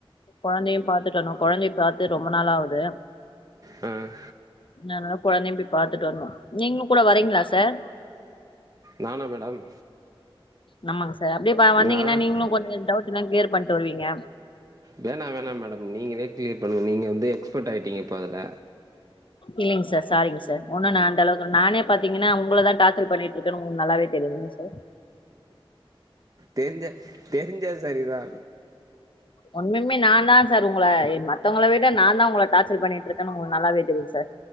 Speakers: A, on the left; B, on the right.
A: கொழந்தையும் பாத்துட்டு வர்ணு கொழந்தைய பாத்து ரொம்ப நாள் ஆவுது
B: ம்
A: நான்னு எல்லா கொழந்தையு போய் பாத்துட்டு வந்தோ நீங்களும் கூட வரீங்களா சார்
B: நானா மேடம்
A: நம்மங்க சார் அப்டியே பா வந்தீங்கன்னா
B: நான்
A: நீங்ளு கொஞ்ச டவுட்னா கிளியர் பண்ட்டு வருவீங்க
B: வேணா வேணா மேடம் நீங்களே கிளியர் பண்ணுங் நீங்க வந்து எக்ஸ்பட் ஆய்டீங்க இப்ப அதுல
A: இல்லிங் சார் சாரிங் சார் ஒண்ணு நா அந்தளவுக்கு ஒண்ணு நானே பாத்தீங்கனா உங்கள தா டார்ச்சல் பண்ணிட்டு இருக்கனு உங்களுக்கு நல்லாவே தெரிலிங் சார்
B: தெரிஞ்சா தெரிஞ்சா சரி தா
A: ஒண்ணுமே நா தா சார் உங்கள இ மத்தவங்கள விட நா தா உங்கள டார்ச்சல் பண்ணிட்ருக்கனு உங்களுக்கு நல்லாவே தெரியு சார்